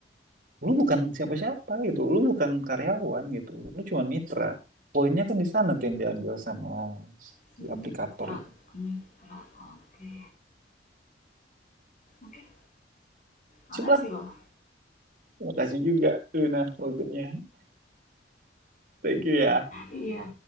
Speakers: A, on the right; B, on the left.
A: lu bukan siapa-siapa gitu lu bukan karyawan gitu lu cuma mitra poinnya kan di sana tuh yang diambil sama
B: Si
A: si aplikator
B: mitra,
A: itu
B: mitra. Oke. Oke. Makasih
A: sip lah
B: loh.
A: terima kasih juga Luna waktunya thank you ya
B: Iya.